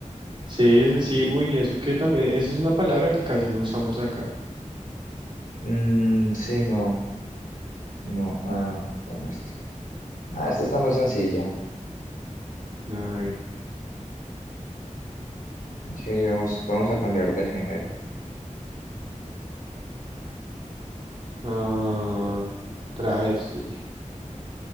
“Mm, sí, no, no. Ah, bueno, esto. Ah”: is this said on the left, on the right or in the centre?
Left